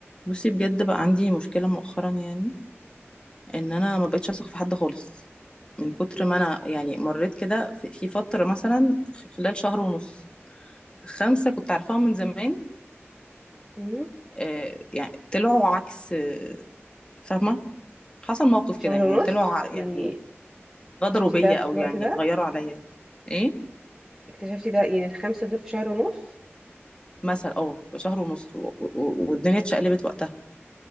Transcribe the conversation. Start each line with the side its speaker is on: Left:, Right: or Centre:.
Left: بصي بجد بقى عندي مشكلة مؤخرا يعني ان انا ما بقتش اثق في حد خالص من كتر
Centre: مم.
Left: ما انا يعني مريت كده في في فترة مثلا خ- خلال شهر ونص خمسة كنت عارفاهم من زمان
Centre: مم.
Left: آه، يعني طلعوا عكس آه، فاهمة حصل موقف
Centre: شهر
Left: كده يعني
Centre: ونص
Left: طلعوا ع- يعني
Centre: يعني
Left: غدروا
Centre: اكتشفتي
Left: بيا
Centre: ده في
Left: او
Centre: الوقت
Left: يعني
Centre: ده
Left: غيروا عليا ايه
Centre: اكتشفتي ده يعني الخمسة دول في شهر ونص
Left: مثلا اه بشهر ونص و- و- والدنيا اتشقلبت وقتها